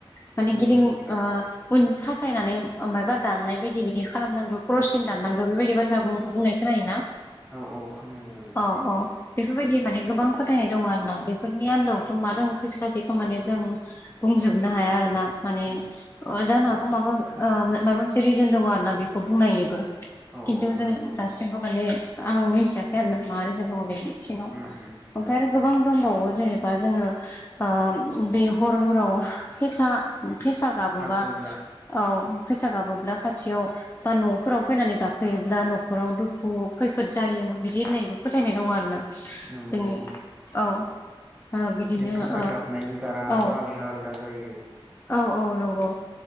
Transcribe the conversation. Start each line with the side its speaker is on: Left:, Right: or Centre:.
Left: माने
Centre: उम
Left: गिदिं
Centre: नंगौ
Left: आ उन थासायनानै मायबा दाननाय बायदि बायदि खालामनांगौ क्रसिन दाननांगौ बेबायदि बाथ्रा बुंनाय खोनायोना
Centre: औ औ खोनायो ओं
Left: औ औ बेफोरबायदि माने गोबां फोथायनाय दङ आरोना बे बेफोरनि आन्दावथ' मा दोङो खायसे खायसेखौ माने जों बुंजोबनो हाया आरोना माने
Centre: उम
Left: अ जानो हागौ माबा ओ माबा मोनसे रिजोन दङ आरोना बेखौ बुंनायनिबो
Centre: औ
Left: खिन्थु
Centre: औ
Left: जों
Centre: नंगौ
Left: दासिमबो माने आं मिथियाखै आरोना मारै जोंब बबेनि सिङाव
Centre: उम उम
Left: ओमफ्राय
Centre: नंगौ
Left: आरो गोबां दंबावो जेनेबा जोङो ओ बे हर हराव फेसा फेसा गाबोबा
Centre: गाबोब्ला
Left: औ फैसा गाबोब्ला खाथियाव बा न'फोराव फैनानै गाखोयोब्ला न'खराव दुखु खैफोद जायो बिदि होननायबो फोथायनाय दङ आरोना। जोंनि
Centre: नंगौ
Left: औ ओ बिदिनो
Centre: बे फेसा
Left: ओ
Centre: गाबनायनि गाराङाबो
Left: औ
Centre: आलदा आलादा जायो।
Left: औ औ नंगौ